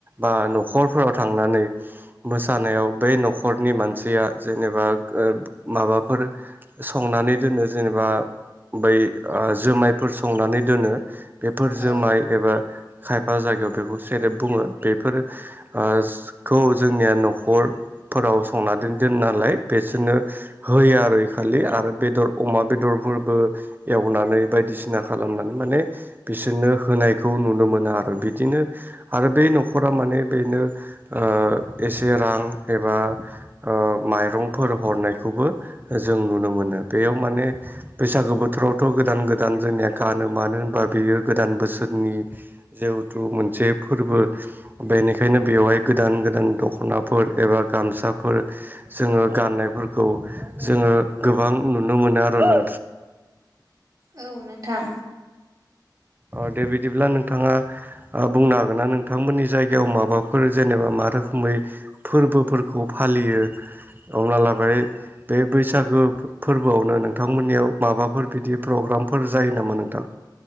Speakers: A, on the right; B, on the right.
A: बा न'खरफोराव थांनानै मोसानायाव बै न'खरनि मानसिया जेनेबा <unintelligible> माबाफोर संनानै दोनो जेनेबा बै ओ जुमायफोर संनानै दोनो। बेफोर जोमाइ
B: औ
A: एबा खायफा जायगायाव बेखौ सेरेब बुङो बेफोर <unintelligible> जोंनिया न'खरफोराव संनानै दोन दोन नालाय बिसोरनो होयो आरो ए खालि आरो बेदर अमा बेदरफोरबो एवनानै बायदिसिना खालामनानै माने बिसोरनो होनायखौ नुनो मोनो आरो बिदिनो आरो बै न'खरा माने बेनो ओ एसे रां एबा ओ माइरंफोर हरनायखौबो जों नुनो मोनो बेयाव माने बैसागो बोथोरावथ' गोदान गोदान जोंनिया गानो मानो होनबा बेयो गोदान बोसोरनि जेहुथु मोनसे फोरबो बेनिखायनो बेवहाय गोदान गोदान दख'नाफोर एबा गामसाफोर जोङो गाननायफोरखौ जोङो गोबां नुनो मोनो आरो न <inaudible>
B: औ नोंथां
A: अ दे बिदिब्ला नोंथाङा ओ बुंनो हागोना नोंथांमोननि जायगायाव माबाफोर जेनेबा मा रोखोमै फोरबोफोरखौ फालियो अब्ला लाबाय बे बैसागो फोरबोआवनो नोंथांमोननियाव माबाफोर बिदि प्रग्रामफोर जायो नामा नोंथां?